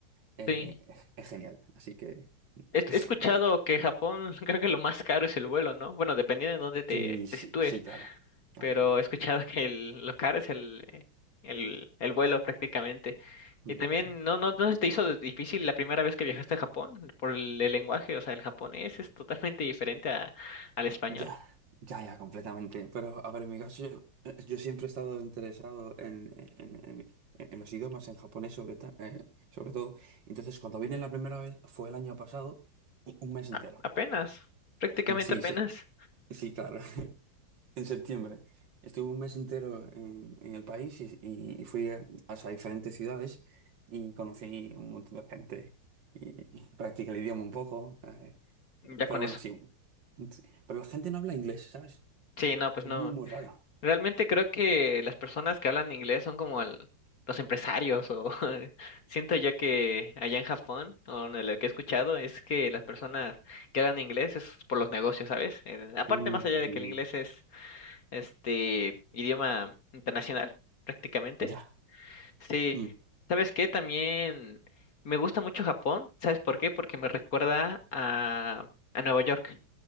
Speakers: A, on the right; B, on the left.
A: eh,
B: Sí.
A: es, es genial. Así que
B: He,
A: <laughs>
B: he escuchado
A: es-
B: que Japón, <laughs> creo que lo más caro es el vuelo, ¿no? Bueno, dependiendo de dónde te,
A: sí, sí,
B: te sitúes,
A: sí, claro. Claro,
B: pero
A: claro.
B: he escuchado que el, lo caro es el, eh, el, el vuelo prácticamente.
A: Ujú.
B: Y también, ¿no, no, no se te hizo difícil la primera vez que viajaste a Japón por el, el lenguaje? O sea, el japonés es totalmente diferente a- al español.
A: Ya, ya, ya, completamente. Pero, a ver, en mi caso, yo, yo siempre he estado interesado en, en- en- en los idiomas, en japonés sobre, ta- eh, sobre todo. Entonces, cuando vine la primera vez, fue el año pasado, un un mes entero.
B: A- apenas, prácticamente
A: Sí,
B: apenas,
A: sí, sí, claro. en septiembre. Estuve un mes entero en, en el país y, y- y fui a, a diferentes ciudades y conocí un montón de gente y, y practiqué el idioma un poco. eh,
B: ya
A: pero
B: con
A: bueno,
B: eso.
A: sí. Pero la gente no habla inglés, ¿sabes?
B: Sí,
A: Es
B: no,
A: algo
B: pues
A: que
B: no.
A: es muy, muy raro.
B: Realmente creo que las personas que hablan inglés son como el- los empresarios o <laughs> siento yo que allá en Japón o de lo que he escuchado es que las personas que hablan inglés es por los negocios, ¿sabes? Eh, aparte
A: Mm,
B: más allá de que el inglés es este idioma internacional prácticamente.
A: ya.
B: Sí,
A: Mm.
B: ¿sabes qué? También me gusta mucho Japón, ¿sabes por qué? Porque me recuerda a, a Nueva York.